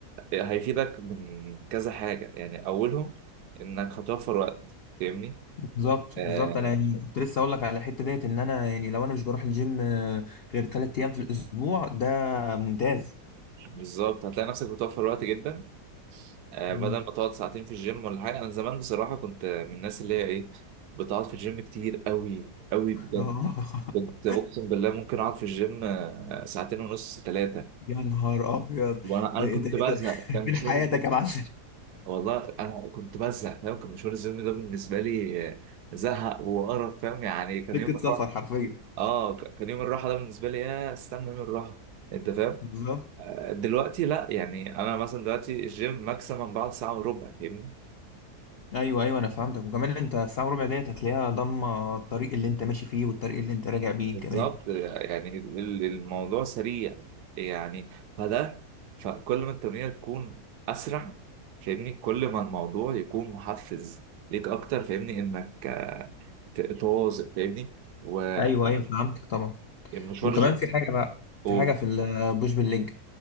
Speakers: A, on the right; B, on the left.
A: هيفيدك من كذا حاجة يعني اولهم انك هتوفر وقت فاهمني
B: بالظبط
A: آه
B: بالظبط انا يعني كنت لسه اقول لك على الحته ديت ان انا يعني لو انا مش بروح الجيم آه، غير ثلاث ايام في الاسبوع ده ممتاز
A: بالظبط هتلاقي نفسك بتوفر وقت جدا آه
B: مم.
A: بدل ما تقعد ساعتين في الجيم ولا حاجة انا زمان بصراحة كنت من الناس اللي هي ايه بتقعد في الجيم كتير قوي قوي بجد
B: آه،
A: كنت
B: <laughs>
A: اقسم بالله ممكن اقعد في الجيم آه، ساعتين ونص ثلاثة
B: يا نهار ابيض
A: وانا
B: ده
A: انا كنت
B: ايه ده ايه
A: بزهق
B: ده
A: كان
B: <laughs> فين
A: مش
B: حياتك
A: واخد
B: يا معلم
A: والله انا كنت بزهق فاهم كان مشوار الزلم ده بالنسبه لي آه، زهق وقرف فاهم يعني كان
B: <laughs> سكه
A: يوم الراحه
B: سفر حرفيا
A: اه ك- كان يوم الراحه ده بالنسبه لي يا استنى يوم الراحه انت فاهم
B: بالظبط
A: آه، دلوقتي لا يعني انا مثلا دلوقتي الجيم ماكسيمم بعد ساعه وربع فاهمني
B: ايوه ايوه انا فهمتك وكمان انت الساعه وربع ديت هتلاقيها ضامه الطريق اللي انت ماشي فيه والطريق اللي انت راجع بيه
A: بالظبط
B: كمان
A: آه، يعني ال- الموضوع سريع يعني فده فكل ما التمرين تكون اسرع فاهمني كل ما الموضوع يكون محفز ليك اكتر فاهمني انك آه، ت- تواظب فاهمني و-
B: ايوه ايوه فهمتك طبعا
A: المشوار
B: وكمان
A: الجيم
B: في حاجه بقى
A: قول
B: في حاجه في البوش بالليج